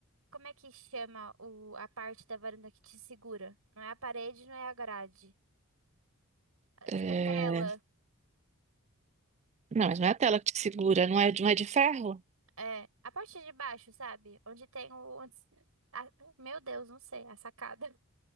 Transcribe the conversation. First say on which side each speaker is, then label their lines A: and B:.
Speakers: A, on the right; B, on the right.
A: Como é que chama o... a parte da varanda que te segura? Não é a parede, não é a grade. É,
B: É,
A: tipo, a tela.
B: Não, mas não é a tela que te segura, não é, não é de ferro?
A: É. A parte de baixo, sabe? Onde tem o. onde- a- Meu Deus, não sei, a sacada.